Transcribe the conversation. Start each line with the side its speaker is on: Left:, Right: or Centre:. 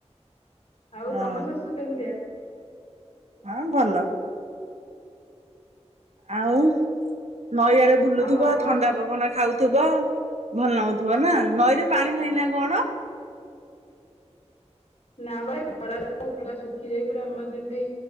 Left: ଆଉ
Right: ହଁ
Left: ତମ ଶାଶୁ କେମିତିଆ
Right: ହଁ ଭଲ ଆଉ ନଈଆଡେ ବୁଲୁଥିବ
Left: ଆଉ ଆପଣ
Right: ଥଣ୍ଡା ପବନ ଖାଉ ଥିବ ଭଲ ନାଗୁଥିବ ନା
Left: ହଁ
Right: ନଈରେ ପାଣି ନାହିଁ ନା କଣ
Left: ନା ବା ଖରାରେ ପୁରା ଶୁଖିଯାଇ ପୁରା ଆମର ଯେମିତି